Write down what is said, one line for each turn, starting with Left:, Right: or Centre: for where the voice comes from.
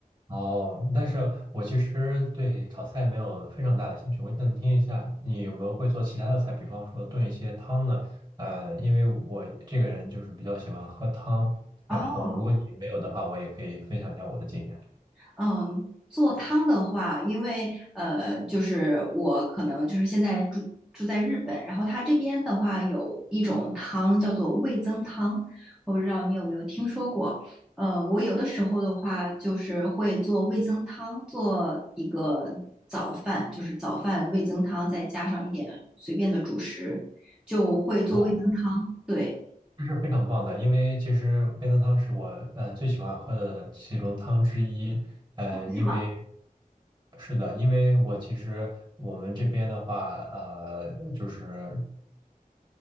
Right: 哦，但是我其实对炒菜没有非常大的兴趣。我想听一下你有没有会做其他的菜，比方说炖一些汤呢？呃，因为我这个人就是比较喜欢喝汤，然后如果你没有的话，
Centre: 哦。
Right: 我也可以分享一下我的经验。
Centre: 嗯，做汤的话，因为呃，就是我可能就是现在住住在日本，然后它这边的话有一种汤叫做味增汤，我不知道你有没有听说过。呃，我有的时候的话就是会做味增汤，做一个早饭，就是早饭味增汤，再加上一点随便的主食，就会做味增汤。
Right: 好，
Centre: 对，
Right: 这是非常棒的，因为其实味增汤是我呃最喜欢喝的其中汤之一。呃，因为
Centre: 是吗？
Right: 是的，因为我其实我们这边的话，呃，就是。